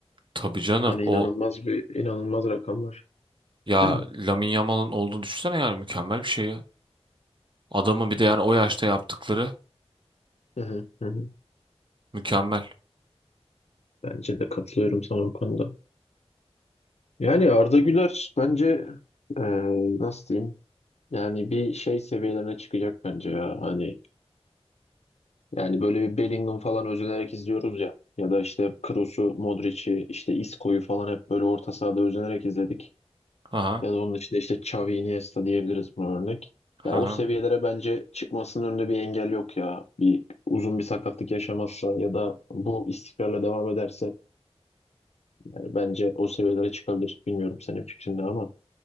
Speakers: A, on the right (about 50°); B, on the left (about 75°).
A: Tabii canım
B: Hani
A: o
B: inanılmaz bir inanılmaz rakamlar.
A: ya
B: <clears throat>
A: Lamine Yamal'ın olduğunu düşünsene yani mükemmel bir şey ya. Adamın bir de yani o yaşta yaptıkları
B: Hı hı, hı hı.
A: mükemmel.
B: Bence de katılıyorum sana bu konuda. Yani Arda Güler bence e, nasıl diyeyim? Yani bir şey seviyelerine çıkacak bence ya. Hani yani böyle bir Bellingham falan özenerek izliyoruz ya. Ya da işte Kroos'u, Modric'i, işte Isco'yu falan hep böyle orta sahada özenerek izledik.
A: Aha,
B: Ya da onun dışında işte Xavi, Iniesta diyebiliriz buna örnek. Ya
A: aha.
B: o seviyelere bence çıkmasının önünde bir engel yok ya. Bir uzun bir sakatlık yaşamazsa ya da bu istikrarla devam ederse yani bence o seviyelere çıkabilir. Bilmiyorum senin fikrin ne ama.